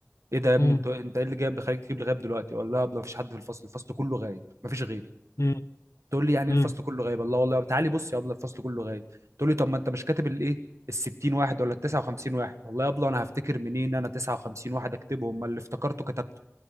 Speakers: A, on the right; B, on the left.
A: ايه ده يا ابني
B: مم.
A: انت انت ايه اللي جايب بيخليك تجيب لي غياب دلوقتي ولا لا يا ابله مفيش حد في الفصل الفصل كله غايب مفيش غيري
B: مم.
A: تقول لي يعني
B: مم.
A: إيه الفصل كله غايب الله والله تعالي بص يا ابله الفصل كله غايب تقول لي طب ما انت مش كاتب الايه ال 60 واحد ولا ال 59 واحد والله يا ابله انا هفتكر منين انا 59 واحد اكتبهم ما اللي افتكرته كتبته